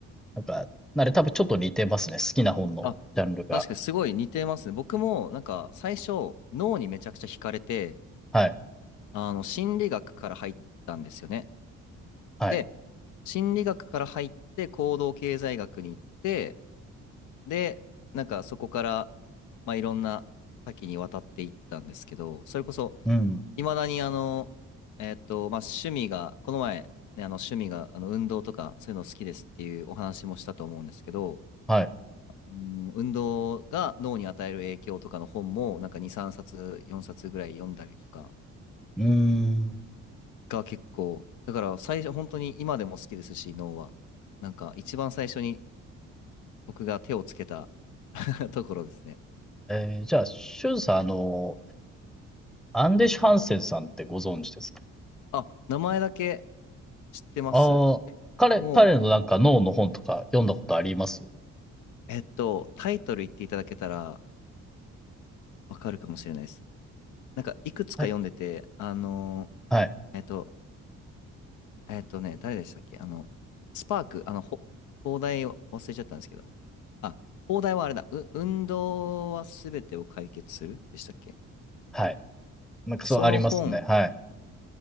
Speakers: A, in the centre; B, on the left.
A: なんか、あれ多分ちょっと似てますね。好きな本のジャンルが。
B: あ確かにすごい似てますね僕もなんか最初脳にめちゃくちゃ惹かれて
A: はい。
B: あの、心理学から入ったんですよね。
A: はい。
B: で、心理学から入って行動経済学に行って、で、なんかそこから、まあ、いろんな多岐にわたっていったんですけど、それこそ、
A: うん。
B: いまだにあの、えっと、まあ、趣味が、この前、ね、あの趣味があの運動とかそういうの好きですっていうお話もしたと思うんですけど、
A: はい。
B: うん運動が脳に与える影響とかの本もなんか2、3冊、4冊ぐらい読んだりとか
A: うーん。
B: が結構、だから最初、本当に今でも好きですし、脳は。なんか一番最初に僕が手をつけた <laughs> ところですね。
A: えーじゃあ、シュンさん、あの、アンデシュ・ハンセンさんってご存知ですか
B: あ、名前だけ知ってます。
A: ああ、彼、
B: でも、
A: 彼のなんか脳の本とか読んだことあります
B: えっと、タイトル言っていただけたらわかるかもしれないです。なんかいくつか読んでて、
A: はい。
B: あの
A: はい。
B: ー、えっと、えっとね、誰でしたっけあの、スパーク、あの、ほ、邦題を忘れちゃったんですけど、あ、邦題はあれだ、う、運動はすべてを解決するでしたっけ
A: はい。なんかそうありますね。
B: その本
A: はい。